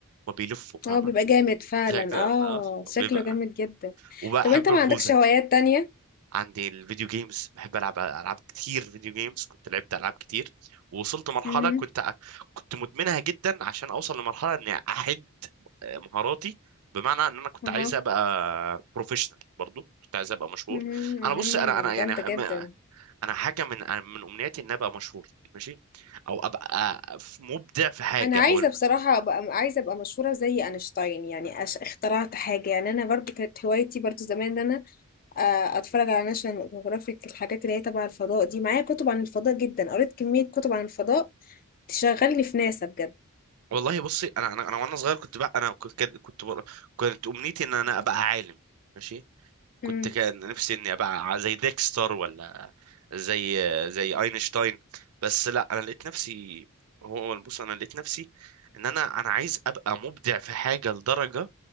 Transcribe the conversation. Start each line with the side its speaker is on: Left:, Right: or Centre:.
Right: وبيلفوا فاهمه
Left: اه بيبقى جامد فعلا
Right: زي كده
Left: اه
Right: آه، بيبقى
Left: شكله جامد جدا
Right: وبحب
Left: طب انت ما
Right: الخوذه
Left: عندكش هوايات تانية
Right: عندي الفيديو جيمز بحب العب العاب كتير فيديو جيمز كنت لعبت العاب كتير ووصلت مرحله
Left: امم
Right: كنت كنت مدمنها جدا عشان اوصل لمرحله اني احد مهاراتي بمعنى ان انا كنت
Left: اها
Right: عايز ابقى بروفيشنال برضو كنت عايز ابقى مشهور
Left: مهم، مهم.
Right: انا بص انا انا
Left: جامدة
Right: يعني
Left: جدا
Right: م- انا حاجه من من امنياتي ان ابقى مشهور ماشي او ابقى آه، ف- مبدع في حاجه
Left: انا عايزة
Right: او الم...
Left: بصراحة ابقى عايزة ابقى مشهورة زي اينشتاين يعني أش... اخترعت حاجة يعني انا برضو كانت هوايتي برضو زمان ان انا آه، اتفرج على ناشونال جيوغرافيك الحاجات اللي هي تبع الفضاء دي معايا كتب عن الفضاء جدا قريت كمية كتب عن الفضاء تشغلني في ناسا بجد
Right: والله بصي انا انا انا وانا صغير كنت بقى انا كنت كنت كنت امنيتي ان انا ابقى عالم ماشي كنت
Left: امم
Right: كان نفسي اني ابقى زي ديكستر ولا زي زي اينشتاين بس لا انا لقيت نفسي هو بص انا لقيت نفسي ان انا انا عايز ابقى مبدع في حاجه لدرجه